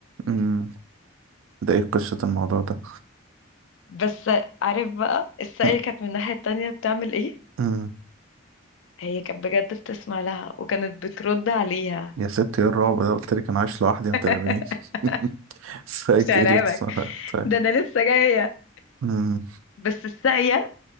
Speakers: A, on the right (about 80°); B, on the left (about 70°).
A: مم. ده ايه قصة الموضوع ده
B: بس عارف بقى الساقية
A: <laughs> مم.
B: كانت من الناحية التانية بتعمل ايه
A: مم.
B: هي كانت بجد بتسمع لها وكانت بترد عليها
A: يا ست ايه الرعب ده قلت لك انا عايش لوحدي ما
B: <laughs>
A: ترعبنيش <laughs> سايت
B: مش هرعبك
A: ايه اللي تصنع طيب
B: ده انا لسه جاية
A: <laughs> مم.
B: بس الساقية